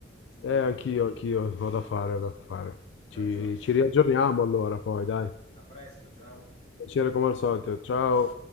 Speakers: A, on the left; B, on the left.
A: Ci,
B: Eh, anch'io, anch'io, ho da fare, ho da fare.
A: ci
B: Ci,
A: aggiorniamo.
B: ci riaggiorniamo allora, poi, dai.
A: A presto, ciao.
B: Piacere come al solito. Ciao.